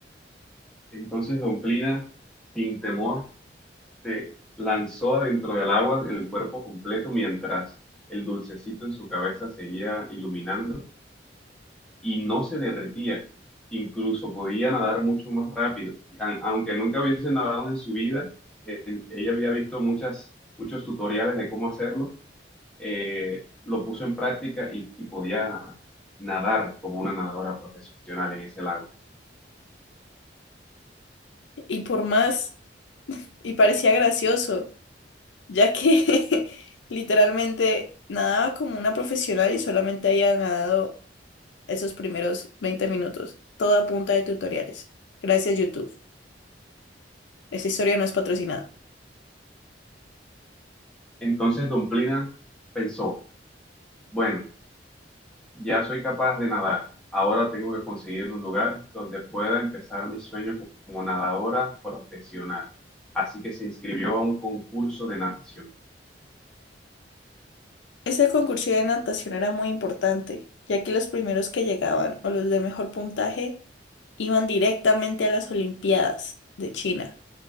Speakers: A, in the centre; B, on the left.
A: Entonces Domplina, sin temor, se lanzó adentro del agua en el cuerpo completo mientras el dulcecito en su cabeza seguía iluminando y no se derretía. Incluso podía nadar mucho más rápido. A- Aunque nunca hubiese nadado en su vida, eh, ella había visto muchas, muchos tutoriales de cómo hacerlo. eh, lo puso en práctica y, y podía nadar como una nadadora profesional en ese lago.
B: Y por más, y parecía gracioso, ya que <laughs> literalmente nadaba como una profesional y solamente había nadado esos primeros 20 minutos, toda a punta de tutoriales. Gracias, YouTube. Esta historia no es patrocinada.
A: Entonces, Don Plina pensó, bueno, Ya soy capaz de nadar. Ahora tengo que conseguir un lugar donde pueda empezar mi sueño co- como nadadora profesional. Así que se inscribió a un concurso de natación.
B: Este concurso de natación era muy importante, ya que los primeros que llegaban o los de mejor puntaje iban directamente a las Olimpiadas de China.